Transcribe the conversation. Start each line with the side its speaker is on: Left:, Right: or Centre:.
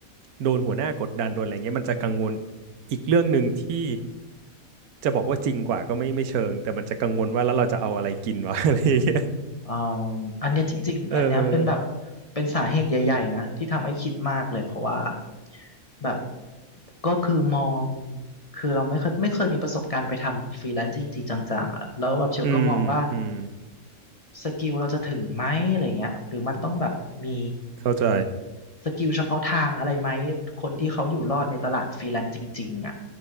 Right: โดนหัวหน้ากดดันโดนอะไรเงี้ยมันจะกังวลอีกเรื่องหนึ่งที่จะบอกว่าจริงกว่าก็ไม่ไม่เชิงแต่มันจะกังวลว่าแล้วเราจะเอาอะไรกินวะ <laughs> อะไรเงี้ย
Left: เอ่ออันเนี้ยจริงๆอันเนี้ยเป็นแบบ
Right: เออ
Left: เป็นสาเหตุใหญ่ๆนะที่ทำให้คิดมากเลยเพราะว่าแบบก็คือมองคือเราไม่เคยไม่เคยมีประสบการณ์ไปทำฟรีแลนซ์จริงๆจังๆอะแล้วแบบเชลก็มองว่า
Right: อืมอืม
Left: สกิลเราจะถึงไหมอะไรเงี้ยหรือมันต้องแบบมี
Right: เข้าใจ
Left: สกิลเฉพาะทางอะไรไหมคนที่เขาอยู่รอดในตลาดฟรีแลนซ์จริงๆอ่ะ